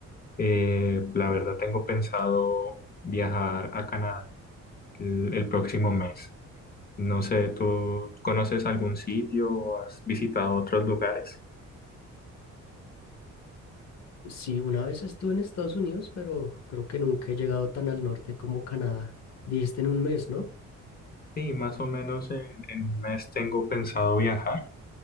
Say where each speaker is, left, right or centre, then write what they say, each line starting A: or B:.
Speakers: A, on the left (about 30°); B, on the left (about 60°).
A: Eh, la verdad tengo pensado viajar a Canadá el, el próximo mes. No sé, ¿tú conoces algún sitio o has visitado otros lugares?
B: Sí, una vez estuve en Estados Unidos, pero creo que nunca he llegado tan al norte como Canadá. Dijiste en un mes, ¿no?
A: Sí, más o menos en, en un mes tengo pensado viajar.